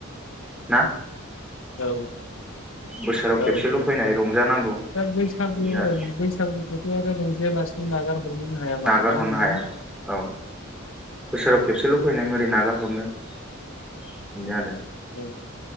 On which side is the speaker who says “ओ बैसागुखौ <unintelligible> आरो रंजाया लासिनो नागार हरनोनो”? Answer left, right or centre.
Left